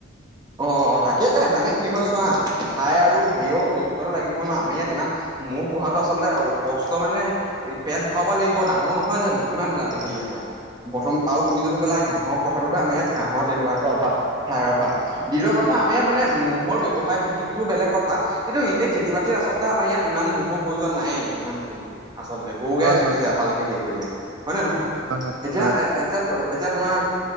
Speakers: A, on the right (about 20°); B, on the right (about 85°).
A: অ অ তাকে এ মানে কি হয় চোৱা ঠাই আৰু সেয়ও উপযুক্তটো লাগিব না আমাৰ ইয়াত ইমান মোৰ পঢ়াটো আচলতে অ কষ্ট মানে পেট ভৰাব লাগিব ডাঙৰ নহয় জানো কিমান টান হেৰি এটা প্ৰথম আৰু তুমি যানো ক'লা ঘাঁহৰ কথাটোতো আমাৰ ইয়াত ঘাঁহৰ তেনেকুৱাকে অভাৱ ঠাইৰ অভাৱ। দ্বিতীয় কথা আমাৰ ইয়াত মানে মহৰ ব্যৱসায় ভিত্তিকটো বেলেগ কথা। কিন্তু এনেই খেতি-বাতিত আচলতে আমাৰ ইয়াত ইমান মহৰ প্ৰয়োজন নাইয়ে ইমান খিনি। আচলতে গৰু গায়ে
B: হয়
A: চলি
B: হয়
A: যায় ভালকে হেৰি কৰিলে হয় নে নহয়
B: হয় হয়
A: এতিয়া
B: হয়
A: এ এ এতিয়া এতিয়া তোমাৰ